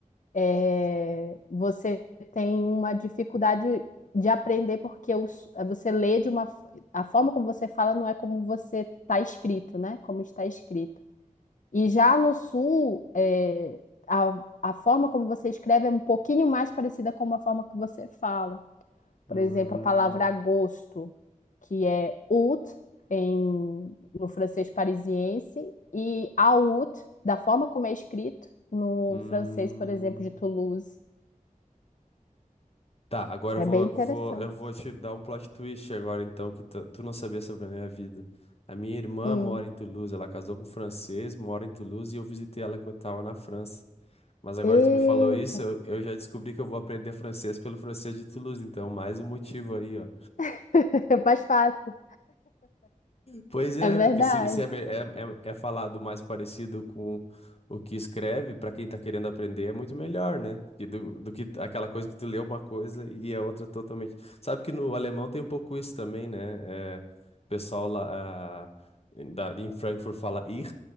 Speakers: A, on the left (about 65°); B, on the left (about 45°).
A: é, você tem uma dificuldade de aprender porque os- você lê de uma a forma como você fala não é como você está escrito, né? Como está escrito. E já no sul, é, a, a forma como você escreve é um pouquinho mais parecida com a forma que você fala.
B: Hum,
A: Por exemplo, a palavra agosto, que é août em, no francês parisiense, e août, da forma como é escrito no
B: hum.
A: francês, por exemplo, de Toulouse.
B: Tá, agora
A: É
B: eu vou,
A: bem interessante.
B: vou, eu vou te dar um plot twist agora, então, que tu, tu não sabia sobre a minha vida. A minha irmã
A: Hum.
B: mora em Toulouse, ela casou com um francês, mora em Toulouse e eu visitei ela quando tava na França. Mas agora
A: Eita,
B: que tu me falou isso, eu, eu já descobri que eu vou aprender francês pelo francês de Toulouse, então mais um motivo aí, ó.
A: <laughs> é mais fácil.
B: Pois é,
A: É verdade.
B: porque se, se é, be- é, é- é falado mais parecido com o que escreve, para quem tá querendo aprender, é muito melhor, né? Porque do, do que aquela coisa que tu lê uma coisa e é outra totalmente. Sabe que no alemão tem um pouco isso também, né? É, o pessoal lá ah, em da, em Frankfurt fala ir,